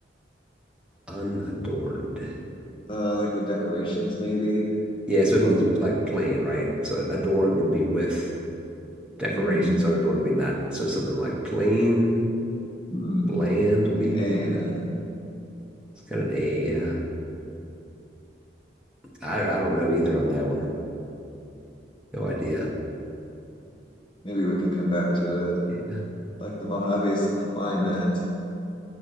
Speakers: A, in the centre; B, on the left.
A: Unadorned.
B: Uh, like with decorations, maybe.
A: Yeah, so it
B: Or
A: means like plain, right? So adorned would be with decorations.
B: mhm.
A: Unadorned would be not. So something like plain,
B: hmm
A: bland. What
B: An
A: do you,
B: A
A: what
B: in
A: do you,
B: it.
A: it's got an A. Yeah. I, I don't know either on that one. No idea.
B: Maybe we can come back to it.
A: Yeah.
B: Like the Mojave's climate.